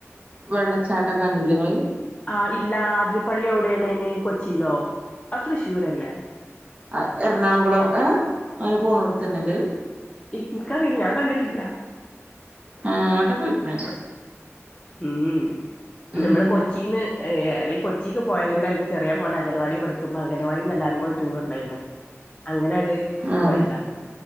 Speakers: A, on the right (about 25°); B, on the left (about 25°).
A: വെള്ളച്ചാട്ടൊക്കെ കണ്ടില്ലേ ങ്ങള്
B: ആഹ് ഇല്ല ആതിരപ്പള്ളി എവിടെയാണ് അത്കൊച്ചിയിലോ അ തൃശ്ശൂരല്ലേ
A: ആഹ് എറണാകുളം ഏ അങ്ങനെ പോണ ടുത്തന്നെ അല്ലേ അത്
B: ഇനിക്കറിയില്ല ഞാൻ കണ്ടിട്ടില്ല
A: ആങ്ങട്ടൊക്കെ പോയിക്കണ് ഞങ്ങള്
B: ഉം
A: ഉം
B: നമ്മള് കൊച്ചിന്ന് അല്ലെ കൊച്ചിക്ക് പോയതന്നെ എൻ്റെ ചെറിയ മോൻ്റെ അംഗനവാടി പഠിക്കുമ്പോ അംഗനവാടിന്ന്ല്ലാരും കൂടി ടൂർണ്ടായിന്ന് അങ്ങനാണ്ട്
A: ആഹ്
B: പോയ്താ